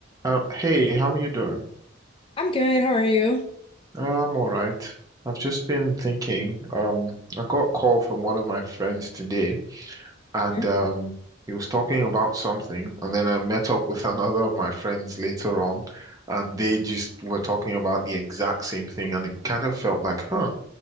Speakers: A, on the right; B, on the left.
A: Uh, hey, how are you doing?
B: I'm good. How are you?
A: Uh, I'm all right. I've just been thinking. Um, I got a call from one of my friends today, and
B: Hmm?
A: um, he was talking about something, and then I met up with another of my friends later on, and they just were talking about the exact same thing, and it kind of felt like, huh,